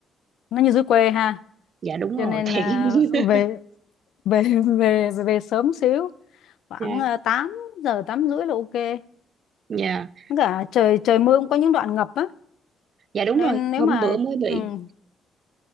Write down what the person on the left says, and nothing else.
nó như dưới quê ha
cho
nên
à,
về về <laughs> về về, về sớm xíu khoảng
ờ, 8 giờ 8 rưỡi là ok Với
cả trời trời mưa cũng có những đoạn ngập á
nên
nếu
mà
ừ,